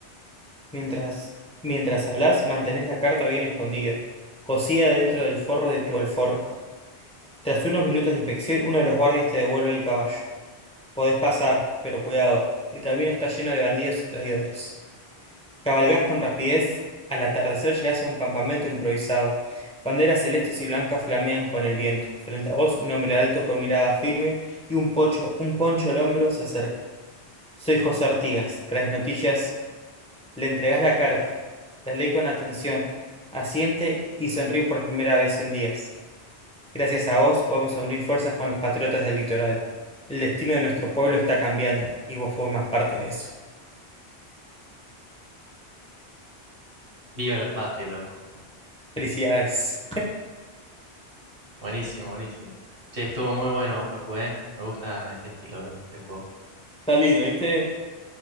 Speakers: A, in the centre; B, on the right (about 55°).
A: Mientras, mientras hablas, mantenés la carta bien escondida, cosida dentro del forro de tu alforja. Tras unos minutos de inspección, uno de los guardias te devuelve el caballo. Podés pasar, pero cuidado, el camino está lleno de bandidos y traidores. Cabalgás con rapidez, al atardecer llegás a un campamento improvisado. Banderas celestes y blancas flamean con el viento. Frente a vos, un hombre alto con mirada firme y un pocho, un poncho al hombro se acerca. Soy José Artigas. Traes noticias. Le entregás la carta. La lee con atención. Asiente y sonríe por primera vez en días. Gracias a vos, vamos a unir fuerzas con los patriotas del litoral. El destino de nuestro pueblo está cambiando y vos formás parte de eso.
B: Viva la patria, loco.
A: Felicidades.
B: Buenísimo, buenísimo. Che, estuvo muy bueno, Facu, ¿eh? Me gusta este estilo de, de juego.
A: Está lindo, ¿viste?